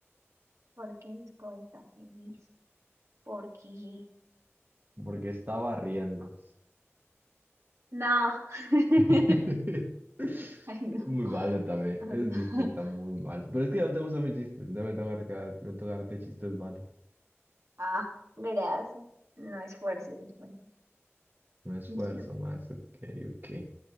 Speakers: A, on the right; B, on the right.
A: ¿Por qué Disco está feliz? Porque...
B: Porque está barriendo.
A: No. <laughs>
B: <laughs> Es
A: Ay, no.
B: Muy malo también.
A: <laughs>
B: Ese chiste está muy mal. Pero es que no te gustan mis chistes. Ya me toca dar- me toca darte chistes malos.
A: Ah, gracias. No esfuerces, no esfuerces.
B: Me esfuerzo
A: Yo-
B: más. Ok, ok.